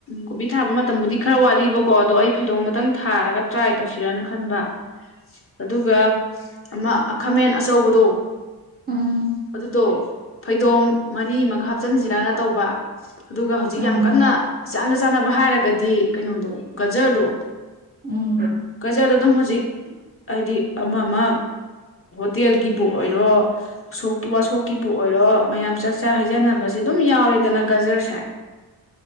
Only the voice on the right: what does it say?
ꯎꯝ
ꯎꯝ
ꯎꯝ